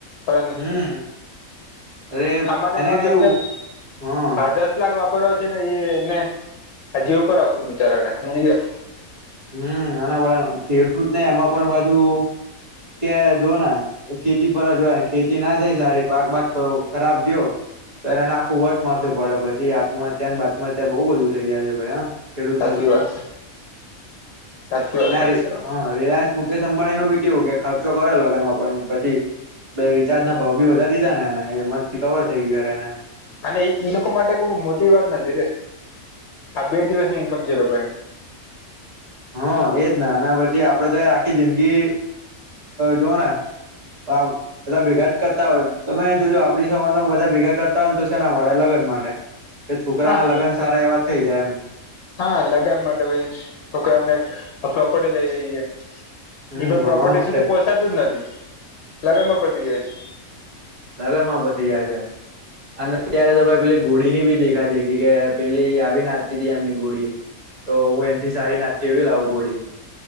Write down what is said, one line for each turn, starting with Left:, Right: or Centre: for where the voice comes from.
Left: પણ
Right: હમ અરે
Left: સામાન્ય
Right: એને
Left: માણસને
Right: કેવું હા
Left: હાદસ <unintelligible> વાપરવા છે, ને જીવ પર આવતું બિચારાને હમજી ગયા
Right: હમ અને પણ ખેડૂતને એમાં પણ પાછુ કે જોઓને ખેતી પર જ હોય ખેતી ના થાય સારી પાક બાક ખરાબ ગયો તો એને આખું વર્ષ માથે પડે પછી આત્મહત્યાની બાતમહત્યા બો બધું થઇ જાય છે, ભાઈ હા ખેડૂત
Left: હાચી
Right: સાથે
Left: વાત
Right: તો
Left: છે. સાચી વાત
Right: ના
Left: કરી
Right: રી
Left: તમે
Right: હ રીલાયન્સ મુકેશ અંબાણીનું બી કેવું કે ખર્ચો કરો લગ્નમાં પણ પછી બે રિચાર્જના ભાવ બી વધારી દીધા ને એને એમાં રીકવર થઈ ગયો યાર એને
Left: અને ઈ ઈ લોકો માટે મોટી વાત નથી આ બે દિવસની ઇન્કમ છે, એ લોકોને
Right: હ એજ ને અને પછી આપડે તો યાર આખી જિંદગી જોવને વાવ બધા ભેગા જ કરતા હોય તમે જોજો આપડી સમાજમાં બધા ભેગા કરતા હોય ને તો સેના માટેે લગ્ન માટે કે છોકરાના
Left: હા
Right: લગ્ન સારા એવા થઈ જાય એમ
Left: હા લગન માટે ભય છોકરાને પ્રોપર્ટી લઈ દઈએ
Right: હમ
Left: એ પણ
Right: ભણવા
Left: પ્રોપર્ટી
Right: માટે
Left: સુધી પોહસાતું જ નથી લગનમાં પડતી જાય છે.
Right: લગણમાં પથી જાય છે. અને અત્યારે તો ભાઈ પેલી ઘોડી ની બી દેખા દેખી કે પેલી આવી નાચતી તી એમની ઘોડી તો હું એથી સારી નાતી એવી લાવ ઘોડી